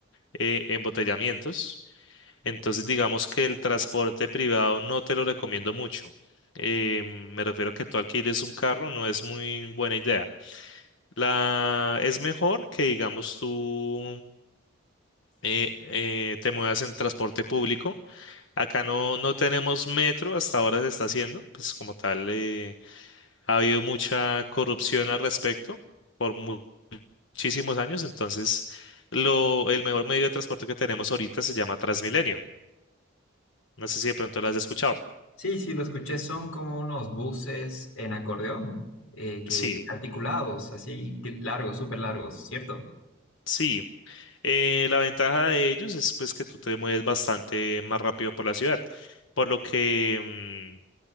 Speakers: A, on the left; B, on the left.
A: eh, embotellamientos. Entonces, digamos que el transporte privado no te lo recomiendo mucho. Eh, me refiero que tú alquiles un carro, no es muy buena idea. La, es mejor que, digamos, tú eh, eh, te muevas en transporte público. Acá no, no tenemos metro, hasta ahora se está haciendo. Pues como tal, eh, ha habido mucha corrupción al respecto por mu- muchísimos años. Entonces, lo, el mejor medio de transporte que tenemos ahorita se llama Transmilenio. No sé si de pronto lo has escuchado.
B: Sí, sí, lo escuché. Son como unos buses en acordeón, eh, que
A: Sí.
B: articulados, así que largos, súper largos, ¿cierto?
A: Sí, eh, la ventaja de ellos es pues que tú te mueves bastante más rápido por la ciudad, por lo que, mm,